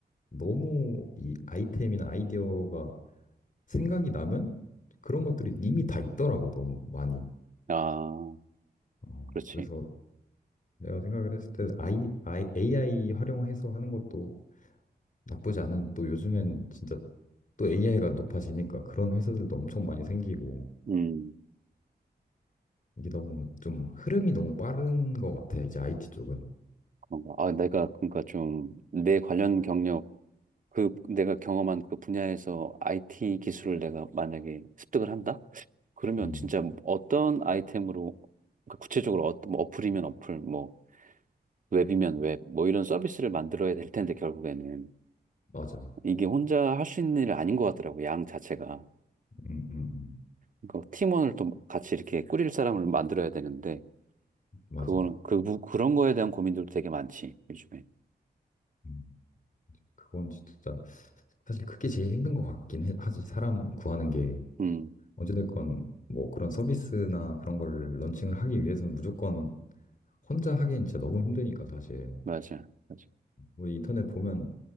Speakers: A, on the left; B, on the right.
A: 너무 이 아이템이나 아이디어가 생각이 나면 그런 것들이 이미 다 있더라고, 너무 많이.
B: 아,
A: 어,
B: 그렇지.
A: 그래서 내가 생각을 했을 때 아이, 아이, AI 활용해서 하는 것도 나쁘지 않은 또 요즘엔 진짜 또 AI가 높아지니까 그런 회사들도 엄청 많이 생기고
B: 음,
A: 이게 너무 좀 흐름이 너무 빠른 것 같아, 이제 IT 쪽은.
B: 그런가. 아, 내가 그러니까 좀 내 관련 경력 그 내가 경험한 그 분야에서 IT 기술을 내가 만약에 습득을 한다? 그러면
A: 음,
B: 진짜 어떤 아이템으로 그러니까 구체적으로 어, 뭐 어플이면 어플 뭐 웹이면 웹, 뭐 이런 서비스를 만들어야 될 텐데, 결국에는.
A: 맞아.
B: 이게 혼자 할 수 있는 일이 아닌 것 같더라고, 양 자체가.
A: 음, 음, 음,
B: 그러니까 팀원을 또 같이 이렇게 꾸릴 사람을 만들어야 되는데,
A: 맞아.
B: 그거는, 그, 부- 그런 거에 대한 고민들도 되게 많지, 요즘에.
A: 음, 그건 진짜, 사실 그게 제일 힘든 것 같긴 해. 하지. 사람 구하는 게,
B: 음,
A: 어찌됐건, 뭐 그런 서비스나 그런 걸 런칭을 하기 위해서는 무조건 혼자 하기엔 진짜 너무 힘드니까, 사실.
B: 맞아, 맞아.
A: 뭐 인터넷 보면